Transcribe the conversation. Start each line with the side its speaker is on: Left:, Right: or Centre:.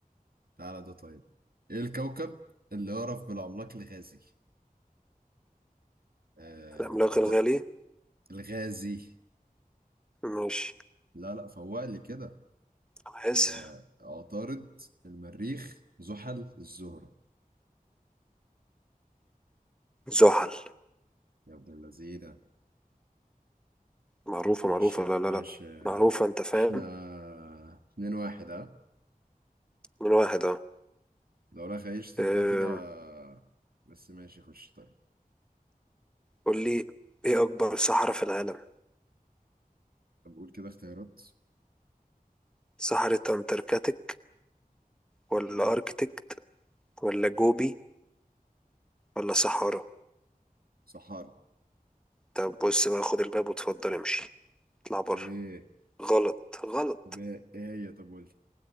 Right: تعالى ده طيب ايه الكوكب اللي يعرف بالعملاق الغازي آه
Centre: العملاق
Right: عط...
Centre: الغالي
Right: الغازي
Centre: ماشي
Right: لا لا فوق لي كده
Centre: أنا آسف
Right: آه عطارد المريخ زحل الزهرة
Centre: زحل
Right: يا ابن اللذينة
Centre: معروفة
Right: ماشي
Centre: معروفة لا لا
Right: ماشي
Centre: لا معروفة انت فاهم
Right: احنا اتنين واحد ها
Centre: من واحد اه
Right: لو رايح هيشتف
Centre: أم،
Right: ده كده بس ماشي خش طيب
Centre: قول لي ايه أكبر صحراء في العالم
Right: طب قول كده اختيارات
Centre: صحراء أنتاركتيك ولا
Right: ماشي
Centre: أركتيك ولا جوبي ولا صحارى
Right: صحارى
Centre: طب بص بقى خد الباب واتفضل امشي اطلع بره
Right: ايه
Centre: غلط غلط
Right: طب ايه ايه هي طب قول لي.